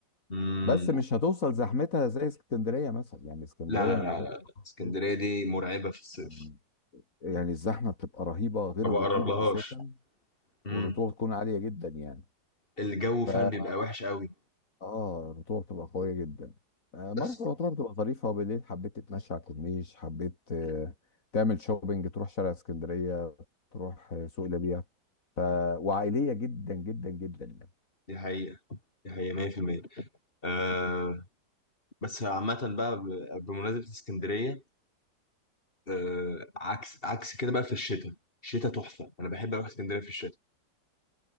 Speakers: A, on the left (about 30°); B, on the left (about 45°).
A: امم
B: بس مش هتوصل زحمتها زي اسكندريه مثلا يعني اسكندريه
A: لا لا
B: انا ما
A: لا
B: بحبش
A: لا
B: أروحها في
A: اسكندرية
B: الصيف.
A: دي مرعبة في الصيف
B: يعني يعني الزحمه بتبقى رهيبه غير
A: ما بقرب
B: الرطوبه
A: لهاش
B: اساسا
A: امم
B: والرطوبه بتكون عاليه جدا يعني
A: الجو فعلا
B: ف
A: بيبقى وحش قوي
B: اه الرطوبه بتبقى قويه جدا آه، مرسى
A: بس
B: مطروح بتبقى ظريفه وبالليل حبيت تتمشى على الكورنيش حبيت آه، تعمل شوبينج تروح شارع اسكندريه تروح آه، سوق ليبيا ف... وعائليه جدا جدا جدا يعني
A: دي حقيقة دي حقيقة 100% آه بس عامة بقى ب- بمناسبة اسكندرية آه عكس عكس كده بقى في الشتاء الشتاء تحفة أنا بحب أروح اسكندرية في الشتاء